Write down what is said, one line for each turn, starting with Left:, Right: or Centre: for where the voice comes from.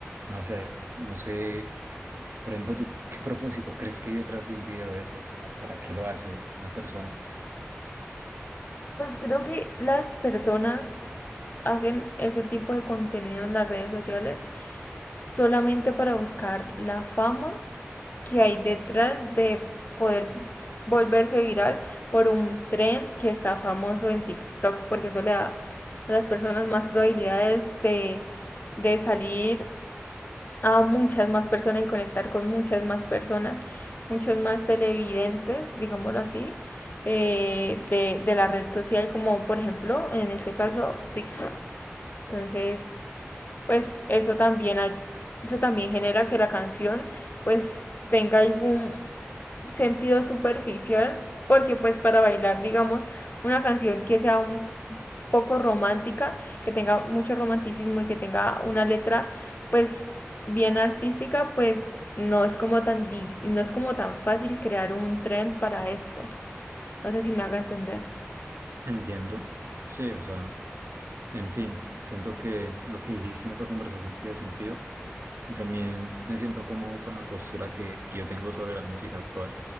Right: no sé, no sé, por ejemplo, ¿tú qué propósito crees que hay detrás de un video de eso? O sea, ¿para qué lo hace una persona?
Left: Pues creo que las personas hacen ese tipo de contenido en las redes sociales solamente para buscar la fama que hay detrás de poder volverse viral por un trend que está famoso en TikTok, porque eso le da a las personas más probabilidades de, de salir a muchas más personas y conectar con muchas más personas, muchos más televidentes, digámoslo así, eh, de, de la red social, como por ejemplo, en este caso, TikTok. Entonces, pues eso también, eso también genera que la canción pues tenga algún sentido superficial, porque pues para bailar, digamos, una canción que sea un poco romántica, que tenga mucho romanticismo y que tenga una letra pues bien artística, pues no es como tan dif- no es como tan fácil crear un trend para esto. No sé si me haga entender.
Right: Entiendo, sí, o sea, en fin, siento que lo que dijiste en esa conversación tiene sentido. y también me siento cómodo con la postura que, que yo tengo sobre la música actual.